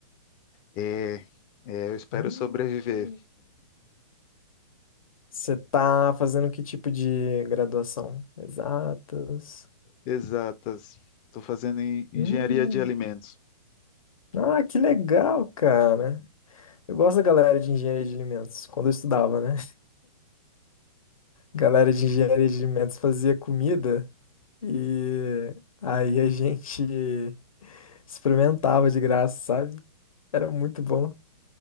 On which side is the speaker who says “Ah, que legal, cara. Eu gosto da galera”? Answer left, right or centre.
Left